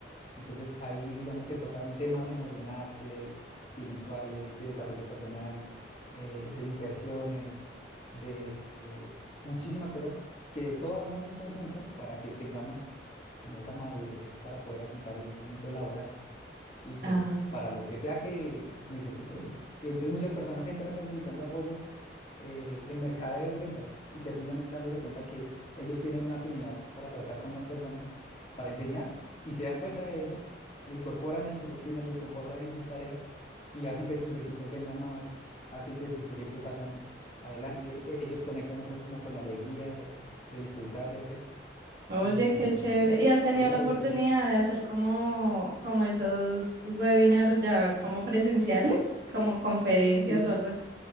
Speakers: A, on the left (about 35°); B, on the right (about 55°).
A: Entonces ahí, digamos, se tocan temas emocionales, espirituales, de desarrollo personal, eh, de inversiones, de eh, muchísimas cosas que todas son un conjunto para que tengamos como esa madurez para poder afrontar el el mundo laboral y pues
B: ah.
A: para lo que sea que necesite uno. Y entonces muchas personas entran necesitando apoyo eh, en mercadeos, ventas y terminan dándose cuenta que ellos tienen una afinidad para tratar con las personas, para enseñar y se dan cuenta de eso, lo incorporan en su rutina, lo incorporan en sus tareas y hacen que sus equipos vendan más, hacen que sus proyectos salgan adelante. Ellos conectan otras como con la alegría de, de disfrutar, de hacer
B: Oye,
A: y,
B: qué chévere. ¿Y has tenido
A: y es súper
B: la oportunidad
A: interesante.
B: de hacer como, como esos webinars ya como presenciales? Como conferencias
A: Y
B: o algo así.